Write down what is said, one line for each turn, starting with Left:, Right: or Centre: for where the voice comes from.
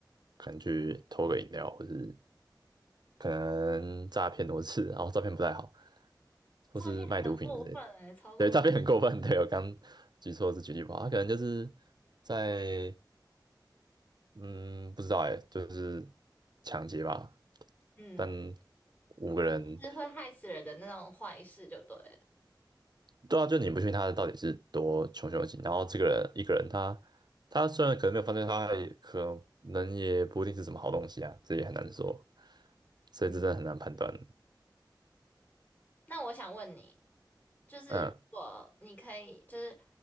Right: 可能去偷个饮料，或是可能诈骗多次，然后照片不太好，或是卖毒品之类的。
Left: 诈骗很过分哎、超过分，
Right: 对，诈骗很过分。对，我刚举错是举例不好，他可能就是在嗯，不知道哎，就是抢劫吧。
Left: 嗯，
Right: 但五个人，
Left: 是会害死人的那种坏事就对了。
Right: 对啊，就你不信他的到底是多穷凶极恶，然后这个人一个人他他虽然可能没有犯罪，他也可能也不一定是什么好东西啊，这也很难说，所以这真的很难判断。
Left: 嗯，那我想问你，就是如果你可以，
Right: 嗯，
Left: 就是